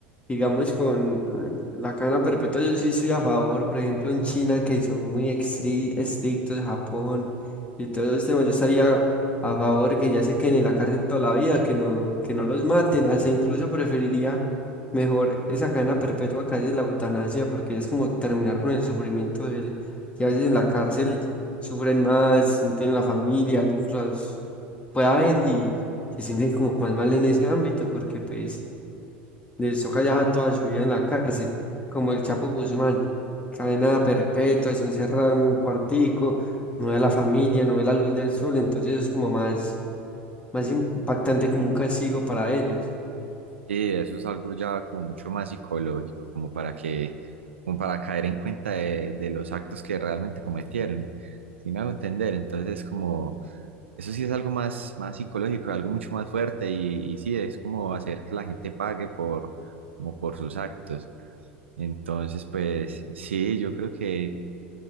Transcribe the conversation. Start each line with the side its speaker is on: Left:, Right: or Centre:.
Left: Digamos, con la cadena perpetua, yo sí estoy a favor, por ejemplo, en China, que son muy extri- estrictos, Japón y todos esos temas, yo estaría a favor que ya se queden en la cárcel toda la vida, que no, que no los maten, hasta incluso preferiría mejor esa cadena perpetua que a veces la eutanasia, porque es como terminar con el sufrimiento de él, y a veces en la cárcel sufren más, no tienen la familia, alguien que los pueda ver se sienten como más mal en ese ámbito porque pues les toca ya toda su vida en la cárcel, como el Chapo Guzmán, cadena perpetua, están encerrado en un cuartico, no ve a la familia, no ve la luz del sol, entonces es como más, más impactante como un castigo para ellos.
Right: Sí, eso es algo ya como mucho más psicológico, como para que, como para caer en cuenta de, de los actos que realmente cometieron. Si me hago entender, entonces como, eso sí es algo más, más psicológico, algo mucho más fuerte y, y sí, es como hacer que la gente pague por, como por sus actos. Entonces, pues sí, yo creo que